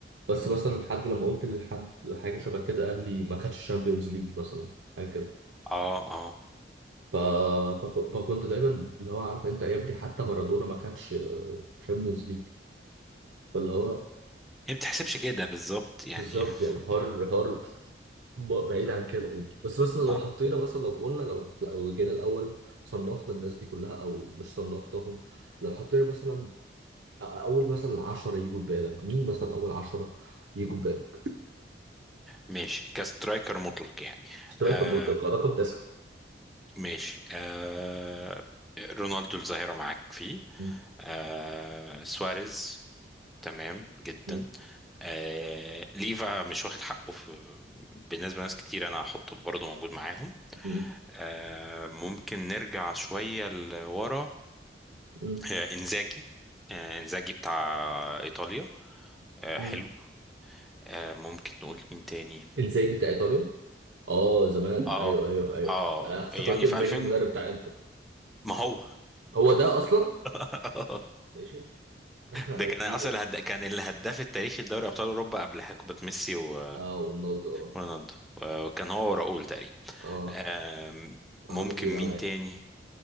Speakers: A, on the right; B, in the centre.
A: بس
B: مم.
A: مثلا حد لما قلت لحد حاجه شبه كده قال لي ما خدش الشامبيونز ليج مثلا حاجه كده
B: اه اه
A: ف... فك- فكنت دايما اللي هو عارف انت يا ابني حتى مارادونا ما خدش شامبيونز ليج فاللي هو
B: هي ما بتحسبش كده بالظبط يعني
A: بالظبط يعني
B: <laughs>
A: حر حر ب- بعيد عن كده بس مثلا لو
B: اه
A: حطينا مثلا لو قلنا لو لو جينا الاول صنفنا الناس دي كلها او مش صنفتهم لو حطينا مثلا أ- اول مثلا 10 يجوا في بالك مين مثلا اول 10 يجوا في بالك
B: ماشي كسترايكر مطلق يعني
A: اشتراك
B: آه
A: المطلقه رقم تسعة
B: ماشي آه رونالدو الظاهره معاك فيه
A: م-
B: آه سواريز تمام جدا
A: م-
B: آه ليفا مش واخد حقه في بالنسبه لناس كتير انا هحطه برضه موجود معاهم
A: م-
B: آه، ممكن نرجع شوية لورا
A: م-
B: آه، إنزاجي آه، إنزاجي بتاع إيطاليا آه،
A: م.
B: حلو آه، ممكن نقول مين تاني
A: انزاجي بتاع ايطاليا اه زمان
B: اه
A: ايوه ايوه ايوه
B: اه
A: انا افتكرت
B: يعني
A: انزاجي
B: في 2000
A: المدرب بتاع انتر
B: ما هو
A: هو ده اصلا
B: <laughs>
A: ماشي <laughs>
B: ده كان
A: جديده
B: اصلا
A: دي
B: هد... كان الهداف التاريخي لدوري ابطال اوروبا قبل حقبه ميسي و...
A: اه رونالدو اه
B: ورونالدو وكان هو وراؤول تقريبا
A: اه
B: آم،
A: معلومه
B: ممكن
A: جديده
B: مين
A: عليا
B: تاني